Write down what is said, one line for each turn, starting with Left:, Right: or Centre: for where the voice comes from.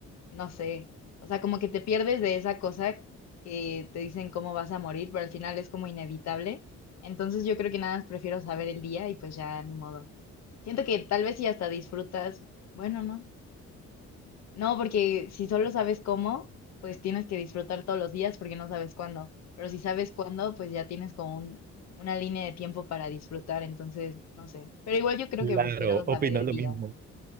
Left: no sé, o sea, como que te pierdes de esa cosa que te dicen cómo vas a morir, pero al final es como inevitable. Entonces yo creo que nada más prefiero saber el día y pues ya ni modo. Siento que tal vez si hasta disfrutas, bueno, no. No, porque si solo sabes cómo, pues tienes que disfrutar todos los días porque no sabes cuándo. Pero si sabes cuándo, pues ya tienes como un- una línea de tiempo para disfrutar, entonces, no sé. Pero igual yo creo
Right: Claro,
Left: que prefiero saber
Right: opino
Left: el
Right: lo
Left: día.
Right: mismo.